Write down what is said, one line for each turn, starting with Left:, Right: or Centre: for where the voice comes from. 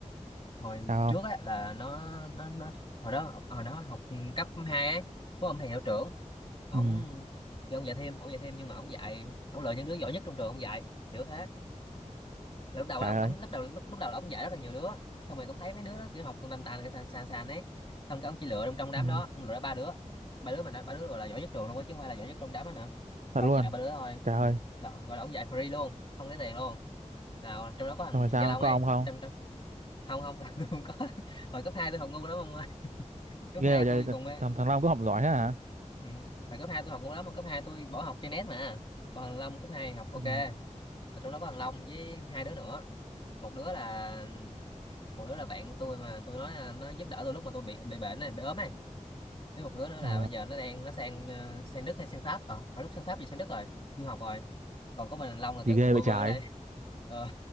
Left: hồi
Right: sao
Left: trước
Right: không
Left: á là nó nó nó hồi đó hồi đó học cấp 2 á có ông thầy hiệu trưởng ổng
Right: ừ
Left: thì ông dạy thêm ông dạy thêm nhưng mà ông dạy ông lựa những đứa giỏi nhất trong trường ông dạy kiểu thế là lúc đầu
Right: trời
Left: là ông ông
Right: ơi
Left: lúc đầu lúc, lúc đầu là ông dạy rất là nhiều đứa xong rồi ông thấy mấy đứa đó kiểu học còn tàn tàn cái sàn sàn sàn ấy xong cái ông chỉ lựa trong trong đám
Right: ừ
Left: đó ông lựa ra ba đứa ba đứa mà nó- ba đứa gọi là giỏi nhất trường luôn á chứ không phải là giỏi nhất trong đám đó nữa xong
Right: thật luôn
Left: ông dạy ba đứa thôi
Right: trời
Left: ừ.
Right: ơi
Left: là, gọi là ông dạy free luôn không lấy tiền luôn nào trong đó có thằng
Right: xong rồi sao
Left: Gia Long
Right: có
Left: ấy
Right: ông không
Left: trong, trong không không <laughs> tôi không có hồi cấp 2 tôi học ngu lắm ông ơi <laughs> cấp
Right: ghê
Left: 2
Right: vậy
Left: tôi
Right: trời,
Left: còn mê
Right: thằng thằng Long có học giỏi thế hả
Left: ừ. hồi cấp 2 tôi học ngu lắm mà cấp 2 tôi bỏ học chơi net mà còn thằng Long cấp 2 học ok
Right: ừ
Left: là trong đó có thằng Long với hai đứa nữa một đứa là một đứa là bạn của tôi mà tôi nói là nó giúp đỡ tôi lúc mà tôi bị bị bệnh này bị ốm này với một đứa nữa là
Right: ờ
Left: bây giờ nó đang nó sang ờ, sang Đức hay sang Pháp ờ phải lúc sang Pháp gì sang Đức rồi du học rồi còn có mình thằng Long là
Right: gì
Left: kiểu
Right: ghê
Left: còn bơ
Right: vậy trái
Left: vơ ở đây Ờ